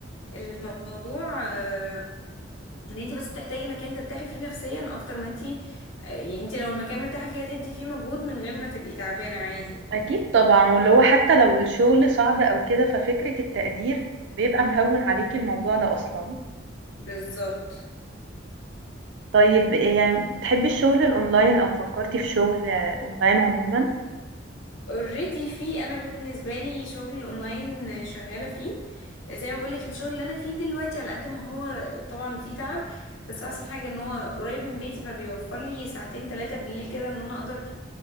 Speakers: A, on the left; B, on the right.
A: الموضوع آه، ان انت بس بتحتاجي مكان ترتاحي فيه نفسيا اكتر ما انت آه، يعني انت لو المكان مرتاحه فيه هتدي فيه مجهود من غير ما تبقي تعبانه عادي
B: <laughs> اكيد طبعا واللي هو حتى لو الشغل صعب او كده ففكره التقدير بيبقى مهون عليكي الموضوع ده اصلا
A: بالظبط
B: طيب يعني بتحبي الشغل الاونلاين او فكرتي في شغل آه، اونلاين عموما
A: اوريدي في انا بالنسبه لي شغل اونلاين شغاله فيه زي ما بقولك الشغل اللي انا فيه دلوقتي على قد ما هو طبعا فيه تعب بس احسن حاجه ان هو قريب من بيتي فبيوفر لي ساعتين ثلاثه بالليل كده ان انا اقدر